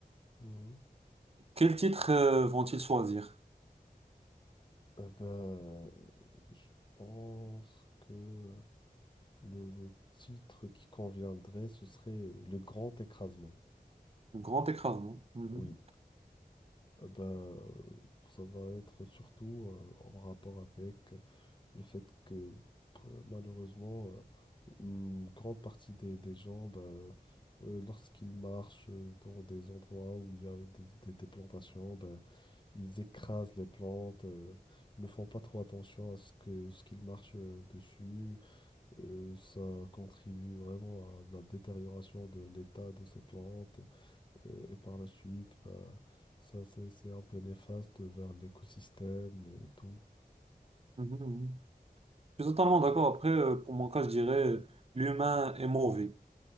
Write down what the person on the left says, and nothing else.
mhm.
Euh, ben, Je pense que le, le titre qui conviendrait, ce serait euh, Le Grand Écrasement.
Oui, Euh, bah, euh, ça va être surtout euh, en rapport avec euh, le fait que euh, malheureusement, euh, une grande partie des, des gens, bah, euh, euh, lorsqu'ils marchent euh, dans des endroits où il y a eu des, des- des plantations, bah, ils écrasent les plantes, euh, ils ne font pas trop attention à ce que, ce qu'ils marchent euh, dessus. Euh, ça contribue vraiment à la détérioration de l'état de ces plantes euh, et par la suite, bah, ça c'est c'est un peu néfaste vers l'écosystème et tout.